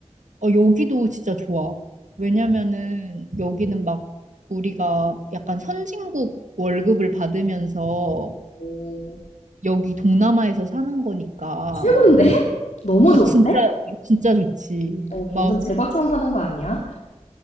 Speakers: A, on the right; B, on the left.
A: 어, 여기도 진짜 좋아. 왜냐면은 여기는 막 우리가 약간 선진국 월급을 받으면서
B: 오,
A: 여기 동남아에서 사는 거니까
B: 최고인데? <laughs> 너무
A: 아
B: 좋은데?
A: 진짜 진짜 좋지.
B: 어, 어,
A: 막
B: 완전 제발처럼 사는 거 아니야?